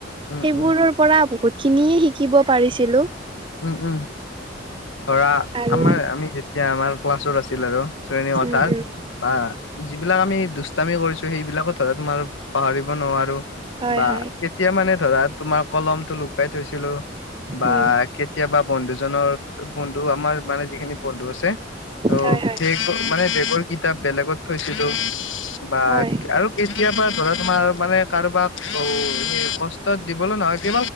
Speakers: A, on the left (about 80°); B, on the right (about 25°).
A: উম
B: সেইবোৰৰ
A: উম
B: পৰা বহুত খিনিয়ে শিকিব পাৰিছিলো।
A: উম উম। ধৰা
B: আৰু
A: আমাৰ আমি যেতিয়া আমাৰ ক্লাছত আছিল আৰু শ্ৰেণীৰ কথাৰ।
B: উম উম
A: বা যিবিলাক আমি দুষ্টামি কৰিছো সেইবিলাকো ধৰা তোমাৰ পাহৰিব নোৱাৰো।
B: হয়
A: বা
B: হয়
A: কেতিয়া মানে ধৰা তোমাৰ কলমতটো লুকাই থৈছিলো বা।
B: উম
A: কেতিয়াবা বন্ধু জনৰ বন্ধু আমাৰ মানে যিখিনি বন্ধু আছে। অঁ
B: হয় হয়
A: বেগ মানে বেগৰ কিতাপ বেলেগত থৈছিলো। বা
B: হয়
A: আৰু কেতিয়াৰ বা ঘৰত তোমাৰ মানে কাৰোবাক কষ্টত দিবলৈ নহয় কে